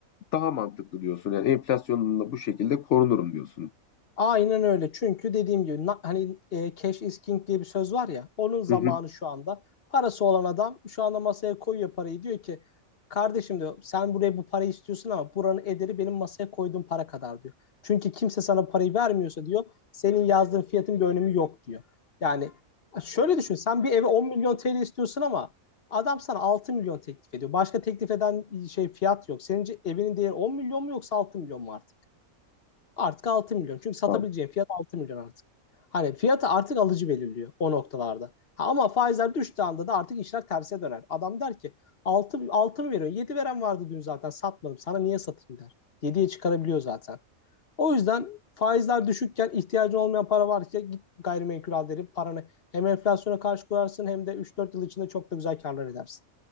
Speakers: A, on the left (about 60°); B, on the left (about 45°).
A: daha mantıklı diyorsun. Yani enflasyonla bu şekilde korunurum diyorsun.
B: Aynen öyle. Çünkü dediğim gibi na- hani e, cash is king diye bir söz var ya. Onun zamanı
A: Hı hı.
B: şu anda. Parası olan adam şu anda masaya koyuyor parayı. Diyor ki kardeşim diyor sen buraya bu parayı istiyorsun ama buranın ederi benim masaya koyduğum para kadar diyor. Çünkü kimse sana parayı vermiyorsa diyor senin yazdığın fiyatın bir önemi yok diyor. Yani şöyle düşün sen bir eve 10 milyon TL istiyorsun ama adam sana 6 milyon teklif ediyor. Başka teklif eden şey fiyat yok. Senin evinin değeri 10 milyon mu yoksa 6 milyon mu artık? Artık 6 milyon. Çünkü satabileceğin
A: An-
B: fiyat 6 milyon artık. Hani fiyatı artık alıcı belirliyor o noktalarda. Ha, ama faizler düştüğü anda da artık işler terse döner. Adam der ki 6 6 mı veriyorsun? 7 veren vardı dün zaten satmadım. Sana niye satayım der. Yediye çıkarabiliyor zaten. O yüzden faizler düşükken ihtiyacın olmayan para var git gayrimenkul al derim. Paranı hem enflasyona karşı koyarsın hem de üç dört yıl içinde çok da güzel karlar edersin.